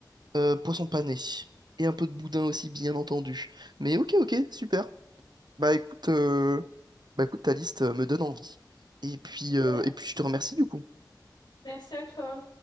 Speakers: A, on the right; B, on the left.
A: euh, poisson pané. Et un peu de boudin aussi, bien entendu. Mais ok, ok, super. Bah écoute, euh, bah, écoute ta liste euh, me donne envie. Et puis, euh,
B: Ouais.
A: et puis je te remercie du coup.
B: Merci à toi.